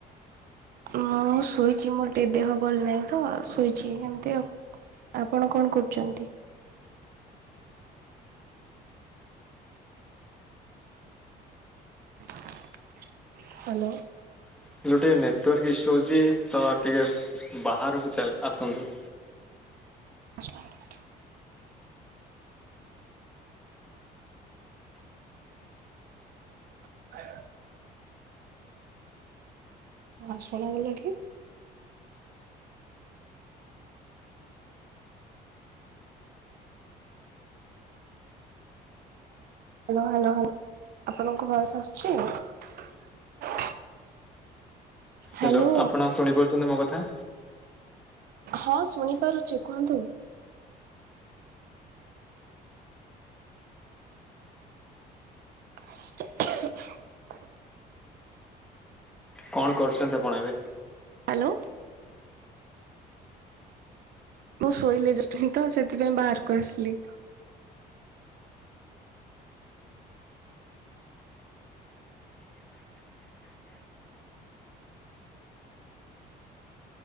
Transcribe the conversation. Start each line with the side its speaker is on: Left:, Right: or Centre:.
Right: ମୁଁ, ଶୋଇଛି ମୋର ଟିକେ ଦେହ ଭଲ ନାହିଁ ତ, ଶୋଇଛି ଏମତି ଆଉ ଆପଣ କଣ କରୁଛନ୍ତି? <unintelligible> ହାଲୋ।
Centre: <unintelligible> ଟିକେ ନେଟୱାର୍କ ଇସ୍ୟୁଅଛି, ତ ଟିକେ ବାହାରକୁ ଚାଲ୍ ଆସନ୍ତୁ।
Right: <unintelligible> <unintelligible> ହଁ, ଶୁଣାଗଲା କି? ହାଲୋ ହାଲୋ, ହାଲୋ ଆପଣଙ୍କ ଭଏସ ଆସୁଛି। ହ୍ୟାଲୋ
Centre: ହାଲୋ ଆପଣ ଶୁଣିପାରୁଛନ୍ତି ମୋ କଥା।
Right: ହଁ ଶୁଣିପାରୁଛି, କୁହନ୍ତୁ? <unintelligible>
Centre: କଣ କରୁଚନ୍ତି ଆପଣ ଏବେ?
Right: ହାଲୋ। ବୋଉ ଶୋଇଲେ ଜଷ୍ଟ ହିଁ ତ ସେଥିପାଇଁ ବାହାରକୁ ଆସିଲି।